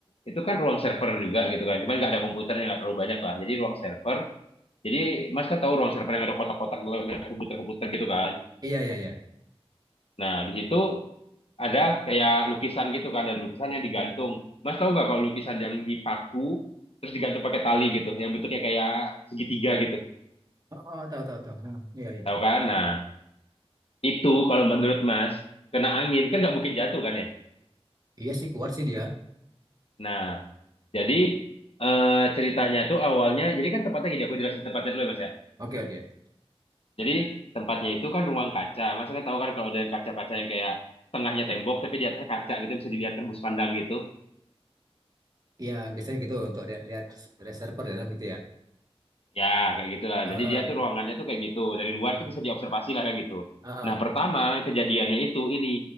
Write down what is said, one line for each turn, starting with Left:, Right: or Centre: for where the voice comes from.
Left: itu kan ruang server juga gitu kan. Cuman nggak ada komputernya nggak terlalu banyak lah. Jadi ruang server. Jadi Mas kan tahu ruang server yang ada kotak-kotak dalam komputer-komputer gitu kan.
Right: Iya, iya, iya.
Left: Nah, di situ ada kayak lukisan gitu kan, ada lukisan yang digantung. Mas tahu nggak kalau lukisan yang dipaku terus digantung pakai tali gitu, yang bentuknya kayak segitiga gitu,
Right: Oh, oh, tahu, tahu, tahu. Hmm, Iya, iya.
Left: tahu kan? Nah, itu kalau menurut Mas kena angin kan nggak mungkin jatuh kan ya?
Right: Iya sih kuat sih dia.
Left: Nah, jadi eh, ceritanya tuh awalnya, jadi kan tempatnya gini, aku jelasin tempatnya dulu ya Mas ya.
Right: Oke, oke.
Left: Jadi tempatnya itu kan ruang kaca, Mas kan tahu kan kalau ada yang kaca-kaca yang kayak setengahnya tembok tapi di atasnya kaca gitu bisa dilihat tembus pandang gitu.
Right: Iya, biasanya gitu untuk lihat, lihat ada server dalam gitu ya.
Left: Ya, kayak gitulah.
Right: Heeh.
Left: Jadi dia tuh ruangannya tuh kayak gitu. Dari luar
Right: Hmm.
Left: tuh bisa diobservasi lah kayak gitu.
Right: Heeh.
Left: Nah, pertama kejadiannya itu ini